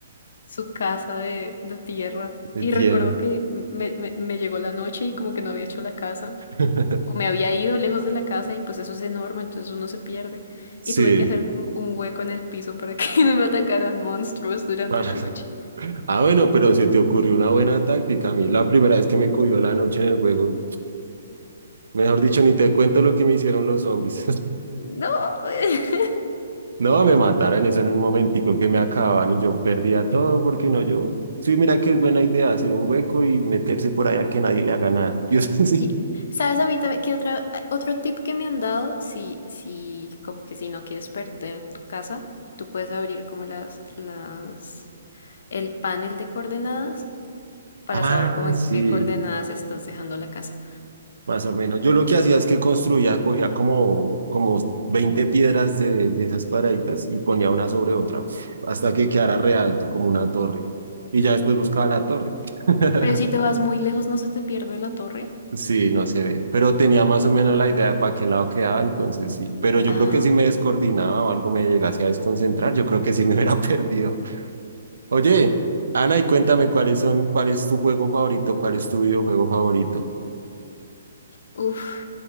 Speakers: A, on the left; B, on the right.
A: su casa de, de tierra.
B: de
A: Y
B: tierra.
A: recuerdo que me, me- me llegó la noche y como que no había hecho la casa,
B: <laughs>
A: o me había ido lejos de la casa y pues eso es enorme, entonces uno se pierde.
B: Sí.
A: Y tuve que hacer como un hueco en el piso para que <laughs> no me atacaran monstruos durante
B: para-
A: la noche.
B: <laughs> Ah, bueno, pero se te ocurrió una buena táctica. A mí la primera vez que me cogió la noche en el juego, mejor dicho, ni te cuento lo que me hicieron los zombies.
A: No, <laughs>
B: No, me mataran eso en un momentico que me acababan y yo perdía todo porque no yo. Sí, mira que es buena idea hacer un hueco y meterse por allá que nadie le haga nada. <laughs> Yo sí.
A: Sí. ¿Sabes a mí también que otra, otro tip que me han dado? Si, si, como que si no quieres perder tu casa, tú puedes abrir como las, las, el panel de coordenadas para
B: Ah,
A: saber como en
B: sí,
A: qué coordenadas estás dejando la casa.
B: más o menos. Yo lo que hacía es que construía, cogía como, como 20 piedras de, de esas cuadraditas y ponía una sobre otra, uf, hasta que quedara re alto como una torre. Y ya después buscaba la torre. <laughs>
A: Pero si te vas muy lejos, ¿no se te pierde la torre?
B: Sí, no se ve, pero tenía más o menos la idea de para qué lado quedaba, entonces sí, pero yo
A: Ah,
B: creo que si
A: bueno.
B: me descoordinaba o algo me llegase a desconcentrar, yo creo que sí me <laughs> hubiera perdido. Oye, Ana, y cuéntame cuáles son, cuál es tu juego favorito, cuál es tu videojuego favorito.
A: Uf.